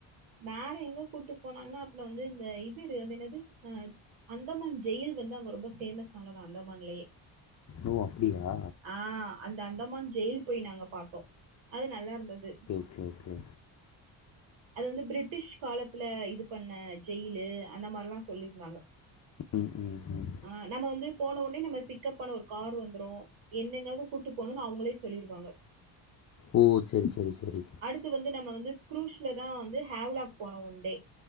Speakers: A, on the right (about 70°); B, on the left (about 35°).
A: வேற எங்க கூட்டு போனாங்கன்னா அப்பல வந்து இந்த இதுரு அது என்னது அ அந்தமான் ஜெயில் வந்து அங்க ரொம்ப ஃபேமஸ் ஆனதா அந்தமான்லேயே
B: ஓ அப்டியா
A: ஆ அந்த அந்தமான் ஜெயில் போய் நாங்க பாத்தோ அது நல்லாருந்தது
B: கே ஓகே
A: அது வந்து பிரிட்டிஷ் காலத்துல இது பண்ண ஜெயிலு அந்த மாரில்லா சொல்லிருந்தாங்க
B: ம் ம்
A: ஆ நம்ம வந்து போனோவுனே நம்ம பிக்க்ப் பண்ண ஒரு கார் வந்துரு என்னங்கங்க கூட்டு போணுன் அவங்களே சொல்லிருவாங்க
B: ஓ செரி செரி செரி
A: த்து வந்து நம்ம வந்து குரூஸ்லதா வந்து ஹேவ்லாக் போனோ ஒன்டே